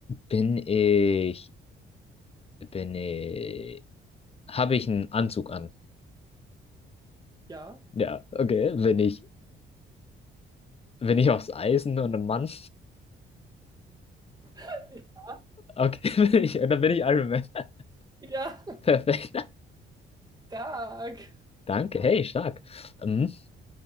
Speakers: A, on the left (about 30°); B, on the right (about 20°).
A: Bin ich, bin ich, habe ich einen Anzug an?
B: Ja.
A: Ja, okay, bin ich, bin ich aufs Eisen und ein Mann?
B: <laughs>
A: Okay, <laughs> bin ich, dann bin ich Iron Man.
B: Ja,
A: <laughs> Perfekt.
B: stark.
A: Danke, hey, stark. Hm,